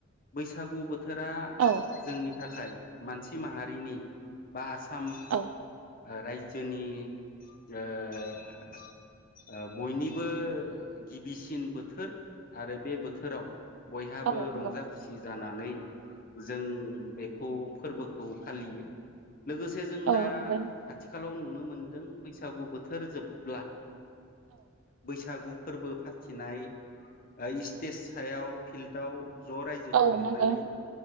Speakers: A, on the left; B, on the right.
A: बैसागु बोथोरा
B: औ
A: जोंनि थाखाय मानसि माहारिनि बा आसाम
B: औ
A: ओ रायजोनि ओ-ओ बयनि बो गिबिसिन बोथोर आरो बे बोथोराव बयहाबो
B: औ नंगौ
A: रंजा - खुसि जाना नानै जों बेखौ फोरबोखौ फालियो लोगोसे जों
B: औ
A: दा
B: नंगौ नोंथां।
A: आथिखालाव नुनो मोनदों बैसागु बोथोर जोबब्ला बैसागु फोरबो फाथिनाय इस्टेज सायाव फिल्डआव ज' रायजोखौ
B: औ
A: लिंनानै
B: नंगौ